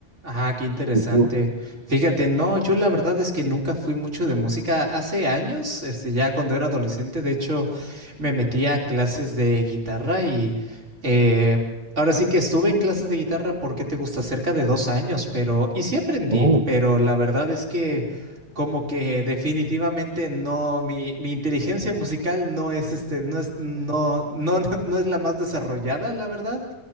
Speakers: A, on the right (about 85°); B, on the right (about 35°).
A: Ah, qué interesante.
B: ¿Y tú?
A: Fíjate, no, yo la verdad es que nunca fui mucho de música. Hace años, este, ya cuando era adolescente, de hecho, me metí a clases de guitarra y eh, ahora sí que estuve en clases de guitarra porque te gusta cerca de dos años, pero y sí aprendí,
B: Oh.
A: pero la verdad es que como que definitivamente no, mi, mi inteligencia musical no es este, no es, no, no, <laughs> no es la más desarrollada, la verdad.